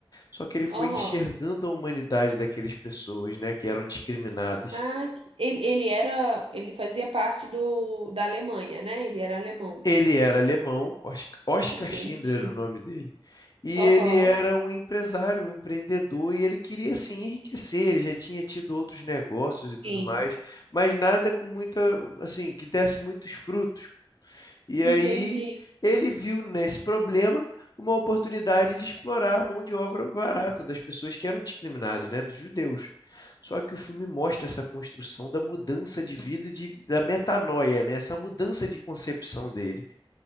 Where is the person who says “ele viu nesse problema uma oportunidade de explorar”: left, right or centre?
Left